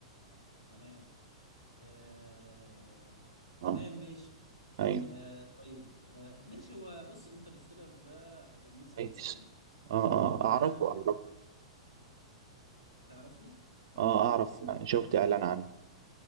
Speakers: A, on the left; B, on the right.
A: تمام آه...
B: اه
A: تمام ماشي
B: ايوه
A: آه... طيب آه... ماشي هو بص انترستيلر ده هيبقى مناسب
B: كويس
A: ليك قوي
B: اه اه
A: انا
B: اعرفه اعرفه
A: تعرفه
B: اه
A: كويس
B: اعرف شفت اعلان عنه